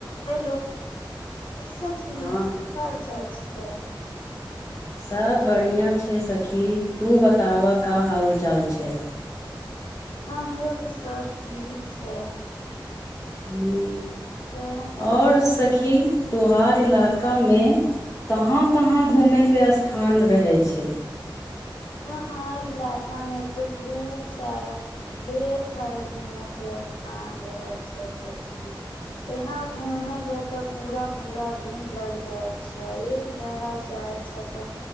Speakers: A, on the left; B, on the left.
A: Hello की सखी
B: हँ
A: क हाल चाल छै तऽ
B: सब बढ़िआँ छै सखी तू बताबह का हालचाल छै
A: हमरो भी सभ ठीक छै
B: हू
A: तऽ
B: आओर स सखी त्योहार इलाकामे कहाँ कहाँ घुमैके स्थान रहै छै
A: हमार इलाकामे तो खूब सारा ढेर सारा घूमेै के स्थान रहल छै सखी यहाँ घूमे ले तब पूरा पूरा दिन लग जाइ छै एक जगह जाइ छै तऽ